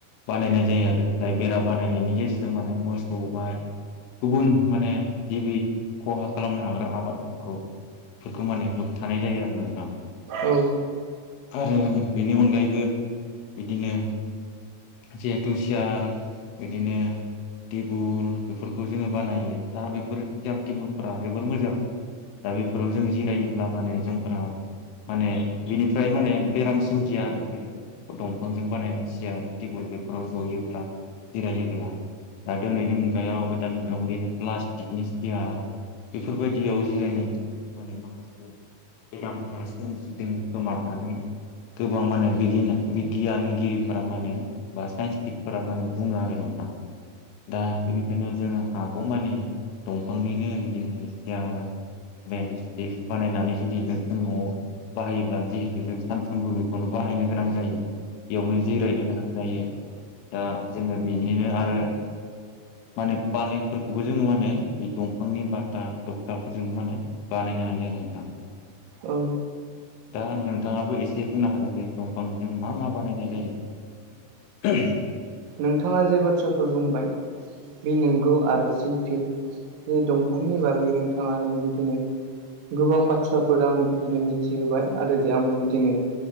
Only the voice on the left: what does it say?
बानायनाय जायो आरो जाय बेरा बानायनायनि गेजेरजों माने मोसौ माइ गुबुन माने गिबि खहा खालामनो हाग्रा आबादफोरखौ फोरखौ माने होबथानाय जायो आरो नोंथां
आरो बेनि अनगायैबो बिदिनो जिहेथु सियार बिदिनो टेबोल बेफोरखौ जोङो बानायो दा बेफोर सियार टेबोलफोरा जोबोर मोजां। दा बेफोराव जों जिरायोब्ला माने जोंफोरा माने बेनिफ्राय माने बेराम सोमजिया आरो बे दंफांजों बानायनाय सियार टेबोल बेफोराव जयोब्ला जिरायोब्ला‌। दा दिनैनि मुगायाव गोदान मुगायाव बिदिनो प्लास्टिकनि सियार बेफोरबायदियाव जिरायनायनि थाखाय माने माखासे बेरामफोरा सोमजिदों खोमा होननानै गोबां माने बि बिगियानगिरिफोरा माने बा साइन्सटिकफोरा माने बुङो आरो नोंथां। दा बेनिखायनो जोङो हागौमानि दंफांनिनो बिदिनो सियार <unintelligible> बानायनानै जुदि नों जों न'आव बाहायोब्ला जिहेथु जों सानफ्रोमबो खौनो बाहायनो गोनां जायो बेयावनो जिरायनो गोनां जायो। दा जोङो बेनिनो आरो माने पालेंफोरखौबो जोङो माने बे दंफांनि बाताम टक्थाफोरजोंनो माने बानायनो हायो आरो नोंथां।
दा नोंथाङाबो एसे बुंना होदो दे दंफांजों मा मा बानायनाय जायो?